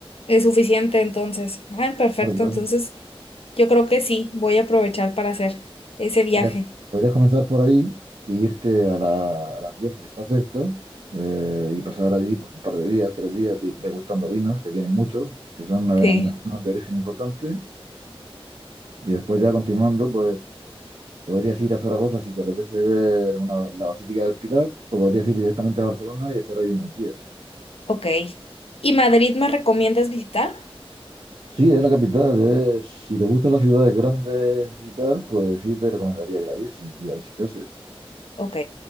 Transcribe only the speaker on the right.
Claro, claro.
Podrías, podrías comenzar por ahí e irte a la, a La Rioja, que está cerca, eh, y pasar allí pues, un par de días, tres días, di- degustando vinos, que tienen muchos, que son una denominación
de origen importante. Y después ya continuando, pues podrías ir a Zaragoza si te apetece ver una- la Basílica del Pilar, o podrías ir directamente a Barcelona y estar ahí unos días.
Sí, es la capital, es- si te gustan las ciudades grandes y tal, pues sí te recomendaría que la vieses y la visitases.